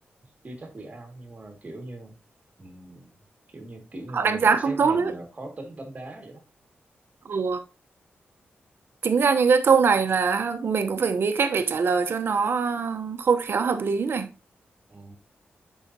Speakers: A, on the right; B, on the right.
A: chưa chắc bị ao nhưng mà kiểu như ừm, kiểu như kiểu như
B: họ
A: người
B: đánh
A: ta nhận
B: giá không
A: xét
B: tốt
A: mình
B: đấy
A: là khó tính đánh đá vậy đó
B: ồ chính ra những cái câu này là mình cũng phải nghĩ cách để trả lời cho nó ờ, khôn khéo hợp lý này
A: Ờ.